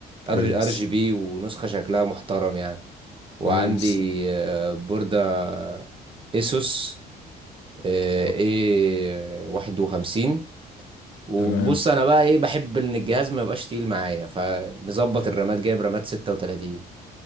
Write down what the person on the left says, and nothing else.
كويس
كويس
كويس
تمام